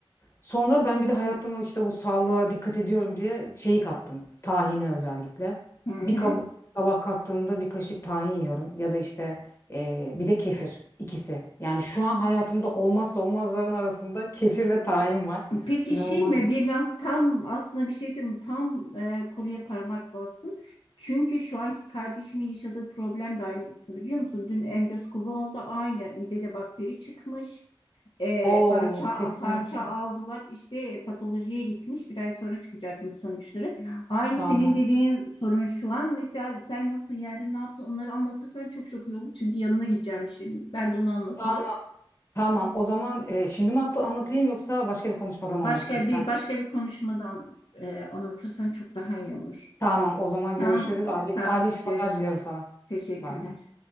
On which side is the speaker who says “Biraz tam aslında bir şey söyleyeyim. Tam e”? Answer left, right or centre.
Left